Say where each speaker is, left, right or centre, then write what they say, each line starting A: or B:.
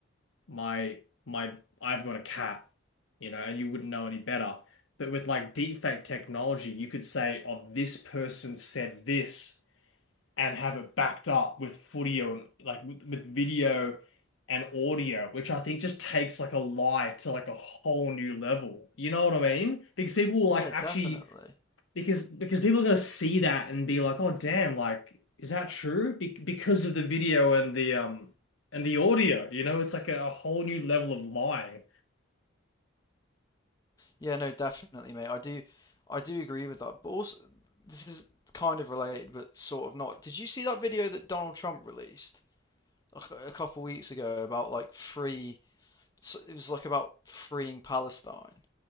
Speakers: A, on the left; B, on the left.
A: my my I've got a cat, you know, and you wouldn't know any better. But with like deepfake technology, you could say, "Oh, this person said this," and have it backed up with footage and like with, with video and audio, which I think just takes like a lie to like a whole new level. You know what I mean? Because people will
B: Yeah,
A: like actually
B: definitely.
A: because because people are gonna see that and be like, oh damn, like is that true? Be because of the video and the um and the audio, you know, it's like a, a whole new level of lying.
B: Yeah, no, definitely, mate. I do, I do agree with that. But also, this is kind of related, but sort of not. Did you see that video that Donald Trump released a cou- a couple weeks ago about like free? so It was like about freeing Palestine,